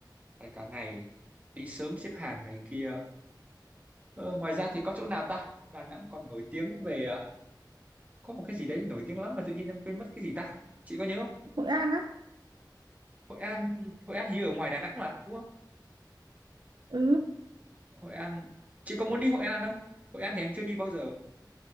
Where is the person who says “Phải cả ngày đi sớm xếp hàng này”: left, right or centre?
Right